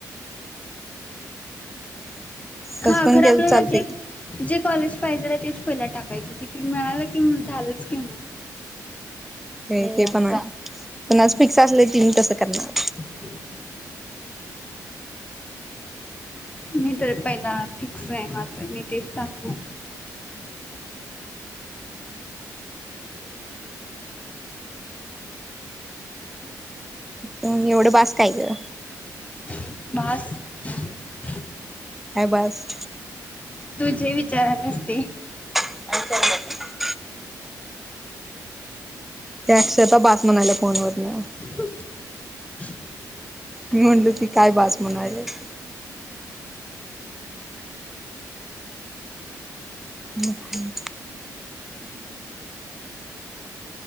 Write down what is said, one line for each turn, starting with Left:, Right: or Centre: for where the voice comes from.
Centre: तस
Left: हा
Centre: पण
Left: खरं
Centre: केलं
Left: आपल्याला
Centre: चालतय
Left: जे जे कॉलेज पाहिजे तेच पहिला टाकायचं. कि ते मिळालं कि झालंच कि मग
Centre: व्हयं ते पण आहे. पण आज फिक्स असले तीन कसं करणार.
Left: <inaudible> मी तर पहिला फिक्स आहे माझं. मी तेच टाकणार.
Centre: मग एवढं बास काय ग?
Left: <inaudible> बास <inaudible>
Centre: काय बास
Left: तुझे विचार नसते कि
Centre: <unintelligible> त्या अक्षरशः बास म्हणाल्या फोनवरन.
Left: <inaudible>
Centre: मी म्हणलो की काय बास म्हणायलेत? मोबाईल